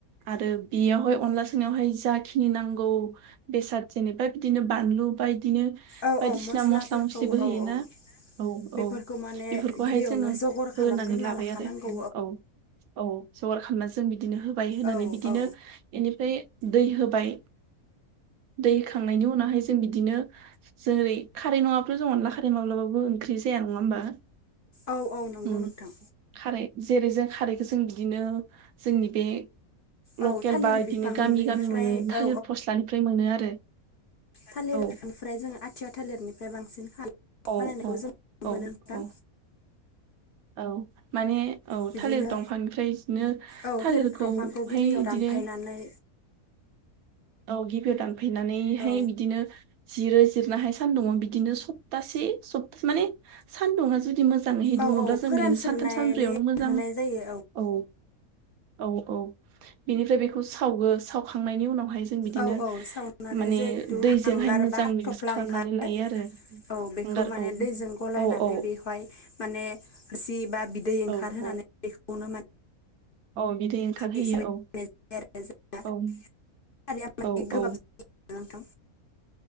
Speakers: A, on the right; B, on the left.
A: आरो बेयावहाय अनला सोंनायावहाय जाखिनि नांगौ बेसाद जेनेबा बिदिनो बानलु बा बिदिनो
B: औ
A: बायदिसिना
B: औ मस्लाफोरखौ
A: मस्ला मस्लिबो होयोना
B: औ औ
A: औ
B: बेफोरखौ
A: औ
B: माने
A: बेफोरखौहाय
B: गिबियावनो
A: जोङो
B: जगर खालामग्रोना
A: होनानै लाबाय
B: लाखानांगौ
A: आरो औ औ जगार खालामनानै जों बिदिनो होबाय होनानै
B: औ
A: बिदिनो
B: औ
A: बेनिफ्राय दै होबाय दै होखांनायनि उनावहाय जों बिदिनो जेरै खारै नङाबाथ' जों अनला खारै माब्लाबाबो ओंख्रि जाया नङा होमबा
B: औ औ नंगौ
A: उम
B: नोंथां
A: खारै जेरै जों खारैखौ जों बिदिनो जोंनि बे लकेल
B: औ थालिर
A: बा बिदिनो
B: बिफांनिफ्राय
A: गामि गामि मोनो थालिर
B: औ
A: फस्लानिफ्राय मोनो आरो
B: थालिरनिफ्राय
A: औ
B: जोङो आथिया थालिरनिफ्राय बांसिन खालाम
A: औ
B: बानायनायखौ
A: औ
B: जों नुनो
A: औ
B: मोनो नोंथां
A: औ औ माने औ
B: बिदिनो
A: थालिर दंफांनिफ्राय बिदिनो
B: औ
A: थालिरखौहाय
B: थालिर दंफांखौ गिबियाव
A: बिदिनो
B: दानफायनानै
A: औ गिबियाव दानफैनानैहाय
B: औ
A: बिदिनो जिरो जिरनो हाय सानदुङाव बिदिनो सप्तासे सब माने सानदुंङा जुदि मो जांहै
B: औ
A: दुङोब्ला
B: औ
A: जों
B: फोरानस्रोनानै
A: बिदिनो सानथाम सानब्रैयावनो मोजां
B: होनाय जायो
A: औ औ औ बेनिफ्राय बेखौ सावगो सावखांनायनि उनावहाय जों बिदिनो
B: औ औ सावनानै
A: माने
B: जिहेथु
A: दैजोंहाय
B: हांगार
A: मोजां
B: बा हाथफ्ला
A: मिक्स खालामनानै
B: ओंखारो
A: लायो आरो
B: औ बेखौ
A: हांगार
B: माने
A: औ
B: दैजों गलायनानै
A: औ औ
B: बेवहाय माने सि बा बिदै ओंखारहोनानै
A: औ औ
B: बेखौनो मोन
A: औ बिदि ओंखारहोयो
B: हिसाबै
A: औ
B: जानाय जायो आरो जोंना
A: औ
B: खारैया माने
A: औ
B: गोबाब
A: औ
B: जायो नोंथां